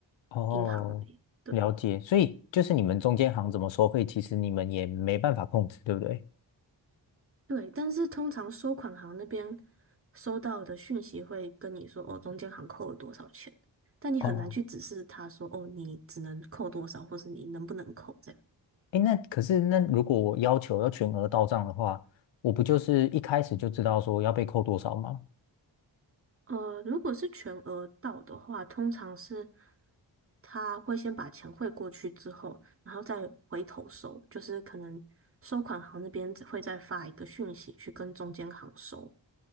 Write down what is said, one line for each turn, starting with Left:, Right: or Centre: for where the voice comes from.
Left: 哦，
Right: 银行而已。对
Left: 了解。所以就是你们中间行怎么收费，其实你们也没办法控制，对不对？
Right: 对，但是通常收款行那边收到的讯息会跟你说，哦，中间行扣了多少钱，但你很难去指示他说，
Left: 哦，
Right: 哦，你只能扣多少，或是你能不能扣这样。
Left: 诶，那可是那如果我要求要全额到账的话，我不就是一开始就知道说要被扣多少吗？
Right: 呃，如果是全额到的话，通常是他会先把钱汇过去之后，然后再回头收，就是可能收款行那边会再发一个讯息去跟中间行收。